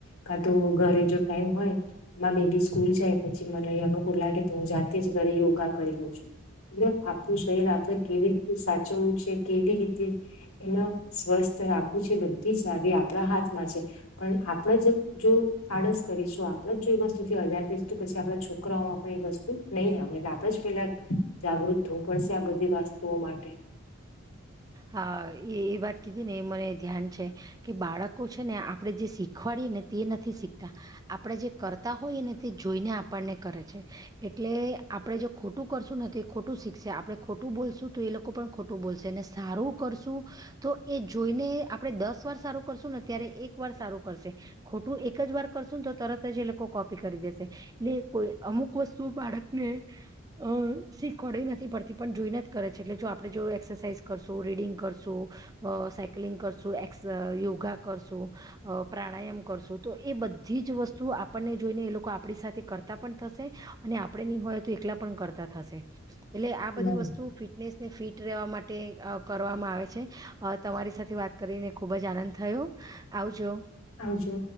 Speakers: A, on the left (about 85°); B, on the right (about 15°).
A: કા તો ઘરે જો ટાઈમ હોય બેબી સ્કૂલ જાય પછી મને અનુકૂળ લાગે તો હું જાતે જ ઘરે યોગા કરી લઉં છું એલે આપણું શરીર તો કેવી રીતે સાચ કેવી રીતે એ સ્વસ્થ રાખવું છે બધી જ આવી આપણા હાથમાં છે પણ આપણે જ જો આડસ કરીશું આપણે જો એ વસ્તુથી અજાણ થશું તો પછી આપણા છોકરાઓમાં પણ એ વસ્તુ નહીં આવે એટલે આપણે જ પેલા જાગૃત થવું પડશે આ બધી વસ્તુઓ માટે
B: હા એ એ વાત કીધી ને એ મને ધ્યાન છે કે બાળકો છે ને આપણે જે શીખવાડીએ ને તે નથી શીખતા આપણેે જે કરતા હોઈએ ને તે જોઈને આપણને કરે છે એટલે આપણે જે ખોટું કરશું નથી એ ખોટું શીખશે આપડણે ખોટું બોલશું તો એ લોકો પણ ખોટું બોલશે. સારું કરશું તો એ જોઈને આપડે દસ વાર સારું કરશું ને ત્યારે એક વાર સારું કરશે ખોટું એક જ વાર કરશું ને તો તરત જ એ લોકો કોપી કરી દેશે એટલે કોઈ અમુક વસ્તુ બાળકને અ શીખવાડ નથી પડતી પણ જોઈને જ કરે છે એટલે જો આપણેે જો એક્સરસાઇઝ કરશું રીડિંગ કરશું સાયક્લિંગ કરશું એ યોગા કરશું પ્રાણાયામ કરશું તો એ બધી જ વસ્તુ આપણને જોઈને એ લોકો આપણી સાથે કરતા પણ થશે અને આપડે નહી હોય તો એકલા પણ કરતા થશે. એટલે આ બધી
A: ના,
B: વસ્તુ ફિટનેસ ને ફીટ રહેવા માટે તે કરવામાં આવે છે તમારી સાથે વાત કરીને ખૂબ જ આનંદ થયો આવજો.
A: આવજો.